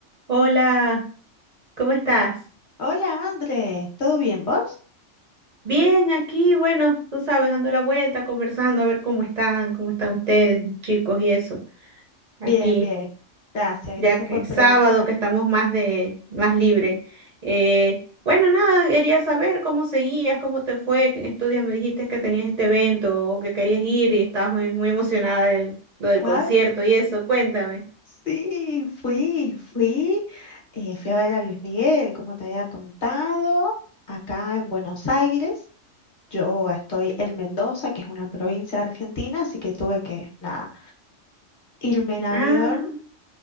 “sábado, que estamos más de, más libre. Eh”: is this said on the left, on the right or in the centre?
Right